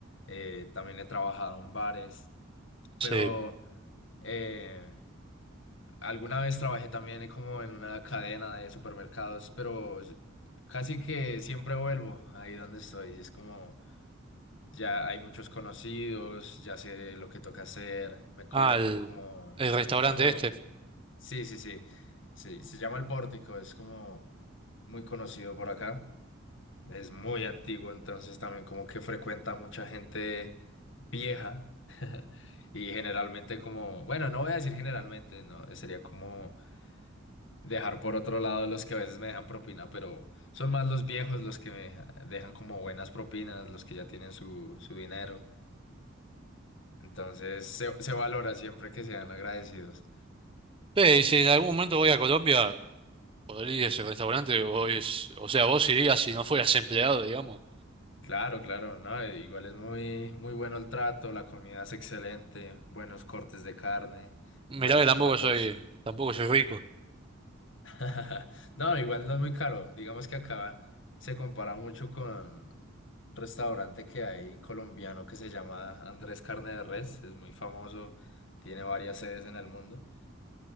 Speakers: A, on the left (about 60°); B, on the right (about 25°).
A: eh, también he trabajado en bares, pero
B: Sí.
A: eh, alguna vez trabajé también eh, como en una cadena de supermercados, pero s- casi que siempre vuelvo ahí donde estoy, es como... Ya hay muchos conocidos, ya sé lo que toca hacer, me colocan
B: Al
A: como,
B: el restaurante
A: como,
B: este.
A: Sí, sí, sí. Sí, se llama El Pórtico, es como muy conocido por acá. Es muy antiguo, entonces también como que frecuenta mucha gente vieja y generalmente como, bueno, no voy a decir generalmente, no, sería como dejar por otro lado los que a veces me dejan propina, pero son más los viejos los que me dejan como buenas propinas, los que ya tienen su, su dinero. Entonces se, se valora siempre que sean agradecidos.
B: Sí, si en algún momento voy a Colombia, podría ir a ese restaurante. O, es, o sea, vos irías si no fueras empleado, digamos.
A: Claro, claro, no, eh, igual es muy, muy bueno el trato, la comida es excelente, buenos cortes de carne, buenos
B: Mirá que
A: platos.
B: tampoco soy, tampoco soy rico.
A: <laughs> No, igual no es muy caro. Digamos que acá se compara mucho con un restaurante que hay colombiano que se llama Andrés Carne de Res, es muy famoso, tiene varias sedes en el mundo,